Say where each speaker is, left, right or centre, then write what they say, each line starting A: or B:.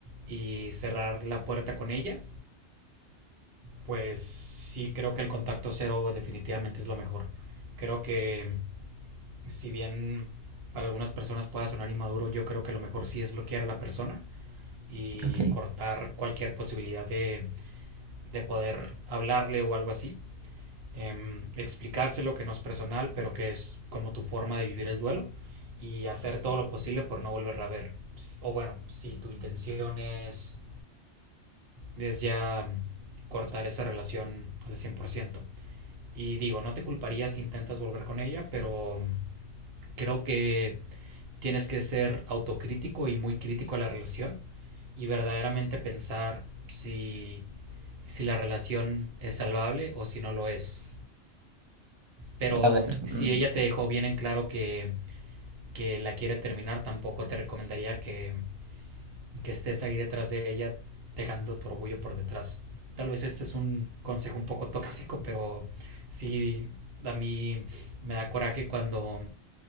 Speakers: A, on the right; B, on the right.
A: y cerrar la puerta con ella, pues sí creo que el contacto cero definitivamente es lo mejor. Creo que si bien para algunas personas pueda sonar inmaduro, yo creo que lo mejor sí es bloquear a la persona y
B: ok.
A: cortar cualquier posibilidad de, de poder hablarle o algo así. Em, explicárselo que no es personal, pero que es como tu forma de vivir el duelo y hacer todo lo posible por no volverla a ver. O bueno, si tu intención es, es ya cortar esa relación al 100%. Y digo, no te culparía si intentas volver con ella, pero creo que tienes que ser autocrítico y muy crítico a la relación y verdaderamente pensar si, si la relación es salvable o si no lo es. Pero
B: A ver,
A: si
B: mm,
A: ella te dejó bien en claro que, que la quiere terminar, tampoco te recomendaría que, que estés ahí detrás de ella dejando tu orgullo por detrás. Tal vez este es un consejo un poco tóxico, pero sí a mí me da coraje cuando